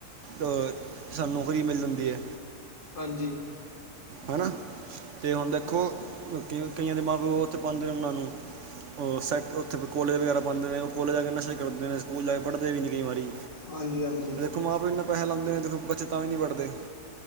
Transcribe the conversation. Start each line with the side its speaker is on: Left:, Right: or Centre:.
Right: ਅ ਸਾਨੂੰ ਨੌਕਰੀ ਮਿਲ ਜਾਂਦੀ ਐ
Left: ਹਾਂਜੀ।
Right: ਹੈ ਨਾ ਤੇ ਹੁਣ ਦੇਖੋ ਕਈਆਂ ਦੇ ਮਾਂ ਪਿਓ ਉੱਥੇ ਪਾਉਂਦੇ ਨੇ ਉਹਨਾਂ ਨੂੰ ਉਹ ਸੈੱਟ ਉੱਥੇ ਕੋਲੇਜ ਵਗੈਰਾ ਪਾਉਦੇ ਨੇ ਉਹ ਕੋਲੇਜ ਵਾਲੇ ਮੈਸੇਜ ਕਰਦੇ ਨੇ ਸਕੂਲ ਜਾ ਕੇ ਪੜ੍ਹਦੇ ਵੀ ਨਹੀਂ ਕਈ ਵਾਰੀ
Left: ਹਾਂਜੀ ਹਾਂਜੀ
Right: ਦੇਖੋ ਮਾਂ ਪਿਓ ਇਨਾ ਪੈਸਾ ਲਾਉਦੇ ਨੇ ਦੇਖੋ ਬੱਚੇ ਤਾਂ ਵੀ ਨਹੀਂ ਪੜਦੇ